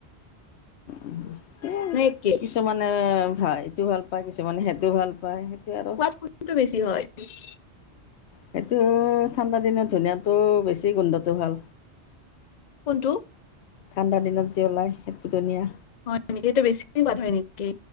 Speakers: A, on the left; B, on the left.
A: উম এ
B: নে একে
A: কিছুমানে হয় এইটোও ভাল পায় কিছুমানে সেইটো ভাল পায় আৰু
B: সোৱাদ কোনটোৰ বেছি হয় উম
A: সেটো ঠাণ্ডা দিন ধুনীয়াতটো বেছি গোন্ধটো ভাল
B: কোনটো
A: ঠাণ্ডা দিনত যি ওলাই সেইটো ধুনীয়া
B: হয় নেকি সেইটো বেছি সোৱাদ হয় নেকি